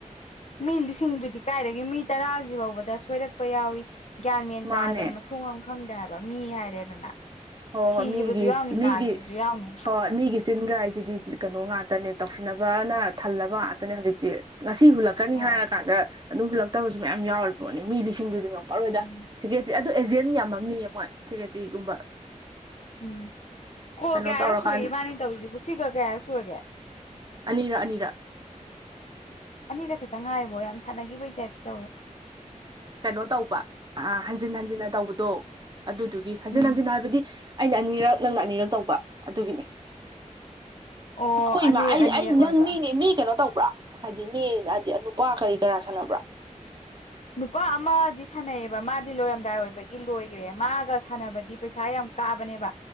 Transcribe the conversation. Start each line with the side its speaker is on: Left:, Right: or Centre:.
Left: ꯃꯤ ꯂꯤꯁꯤꯡꯗꯨꯗꯤ ꯀꯥꯏꯗꯒꯤ ꯃꯤ ꯇꯔꯥꯖꯤ ꯕꯥꯎꯕꯗ ꯁꯣꯏꯔꯛꯄ ꯌꯥꯎꯏ ꯒ꯭ꯌꯥꯟ ꯃꯦꯟ
Right: ꯃꯥꯅꯦ
Left: ꯇꯥꯗꯕ ꯃꯊꯣ ꯊꯣꯡ ꯃꯔꯝ ꯈꯪꯗꯦ ꯍꯥꯏꯕ ꯃꯤ ꯍꯥꯏꯔꯦꯗꯅ
Right: ꯍꯣꯏ
Left: ꯁꯤꯈꯤꯕꯁꯨ
Right: ꯍꯣꯏ ꯃꯤꯒꯤ
Left: ꯌꯥꯎꯅꯤ
Right: ꯁꯤ ꯃꯤꯒꯤ
Left: ꯅꯥꯈꯤꯕꯁꯨ ꯌꯥꯎꯅꯤ
Right: ꯍꯣꯏ ꯃꯤꯒꯤ ꯆꯤꯟꯒ ꯍꯥꯏꯖꯤꯗꯤ ꯆꯤ ꯀꯩꯅꯣ ꯉꯥꯛꯇꯅꯦ ꯇꯧꯁꯤꯟꯅꯕꯅ ꯊꯜꯂꯕ ꯉꯥꯛꯇꯅꯦ ꯍꯧꯖꯤꯛꯇꯤ ꯉꯁꯤ ꯍꯨꯜꯂꯛ ꯀꯅꯤ
Left: ꯍꯣꯏ
Right: ꯍꯥꯏꯔ ꯀꯥꯟꯗ ꯑꯗꯨꯝ ꯍꯨꯜꯂꯛꯇꯕꯁꯨ ꯃꯌꯥꯝ ꯌꯥꯎꯔꯤ ꯄꯣꯠꯅꯤ ꯃꯤ ꯂꯤꯁꯤꯡꯗꯨꯗꯤ ꯉꯝꯃꯔꯣꯏꯗ
Left: ꯎꯝ
Right: ꯁꯦꯀ꯭ꯔꯦꯇ꯭ꯔꯤ ꯑꯗꯨ ꯑꯦꯖꯦꯟ ꯌꯥꯝꯃꯝꯅꯤ ꯃꯣꯏ ꯁꯦꯀ꯭ꯔꯦꯇ꯭ꯔꯤꯒꯨꯝꯕ
Left: ꯎꯝ ꯀꯣꯜ
Right: ꯀꯩꯅꯣ
Left: ꯀꯌꯥꯔꯛ
Right: ꯇꯧꯔꯀꯥꯟ
Left: ꯁꯨꯔꯒꯦ ꯏꯕꯥꯅꯤ ꯇꯧꯔꯤꯖꯤꯕꯨ ꯁꯤꯒ ꯀꯌꯥꯔꯛ ꯁꯨꯔꯒꯦ
Right: ꯑꯅꯤꯔꯛ ꯑꯅꯤꯔꯛ
Left: ꯑꯅꯤꯔꯛ ꯈꯤꯇꯪ ꯉꯥꯏꯔꯤꯕꯣ ꯌꯥꯝ ꯁꯥꯟꯅꯒꯤꯕꯩ ꯇꯥꯏꯞꯇ ꯇꯧꯋꯦ
Right: ꯀꯩꯅꯣ ꯇꯧꯕ ꯑꯥ ꯍꯟꯖꯤꯟ ꯍꯟꯖꯤꯟꯅ ꯇꯧꯕꯗꯣ ꯑꯗꯨꯗꯨꯒꯤ ꯍꯟꯖꯤꯟ
Left: ꯎꯝ
Right: ꯍꯟꯖꯤꯟ ꯍꯥꯏꯕꯗꯤ ꯑꯩꯅ ꯑꯅꯤꯔꯛ ꯅꯪꯅ ꯑꯅꯤꯔꯛ ꯇꯧꯕ ꯑꯗꯨꯒꯤꯅꯦ
Left: ꯑꯣ
Right: ꯑꯁ ꯈꯣꯏ
Left: ꯑꯅꯤꯔꯛ
Right: ꯃꯥ ꯑꯩ
Left: ꯑꯅꯤꯔꯛ
Right: ꯑꯩ
Left: ꯑꯣꯏꯕ
Right: ꯅꯪ ꯃꯤꯅꯦ ꯃꯤ ꯀꯩꯅꯣ ꯇꯧꯕ꯭ꯔꯣ ꯍꯥꯏꯗꯤ ꯃꯤ ꯍꯥꯏꯗꯤ ꯅꯨꯄꯥ ꯀꯔꯤ ꯀꯔꯥ ꯁꯥꯟꯅꯕ꯭ꯔꯥ
Left: ꯅꯨꯄꯥ ꯑꯃꯗꯤ ꯁꯥꯟꯅꯩꯌꯦꯕ ꯃꯥꯗꯤ ꯂꯣꯏꯔꯝꯗꯥꯏ ꯑꯣꯏꯕꯒꯤ ꯂꯣꯏꯒ꯭ꯔꯦ ꯃꯥꯒ ꯁꯥꯟꯅꯕꯗꯤ ꯄꯩꯁꯥ ꯌꯥꯝ ꯀꯥꯕꯅꯦꯕ